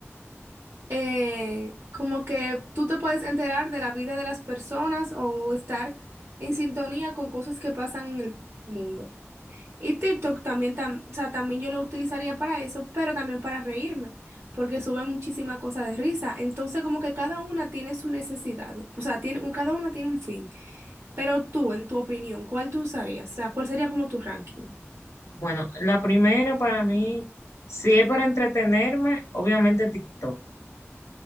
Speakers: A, on the right; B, on the left.
A: eh, como que tú te puedes enterar de la vida de las personas o estar en sintonía con cosas que pasan en el mundo. Y TikTok también, tam- o sea, también yo lo utilizaría para eso, pero también para reírme, porque suben muchísimas cosas de risa. Entonces, como que cada una tiene sus necesidades, o sea, tiene, un- cada una tiene un fin. Pero tú, en tu opinión, ¿cuál tú usarías? O sea, ¿cuál sería como tu ranking?
B: Bueno, la primera para mí, si es para entretenerme, obviamente TikTok.